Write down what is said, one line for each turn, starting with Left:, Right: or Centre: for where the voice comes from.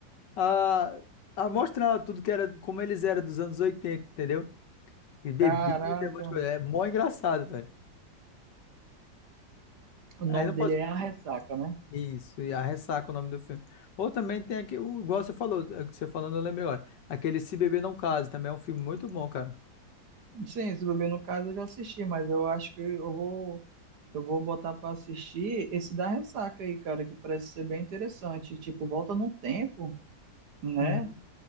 Left: a, a mostrar tudo que era, como eles eram dos anos 80, entendeu? E bebida,
Right: Caraca,
Left: um monte de coisa. É mó engraçado, velho.
Right: o
Left: Aí
Right: nome
Left: não posso.
Right: dele é A Ressaca, né?
Left: Isso, e a ressaca é o nome do filme. Ou também tem aqui, o- igual você falou, é que você falando, eu lembrei agora. Aquele Se Beber Não Case também é um filme muito bom, cara.
Right: Sim, se beber no caso eu já assisti, mas eu acho que eu vou, eu vou botar pra assistir esse da Ressaca aí, cara, que parece ser bem interessante. Tipo, volta no tempo, né?
Left: Uhum,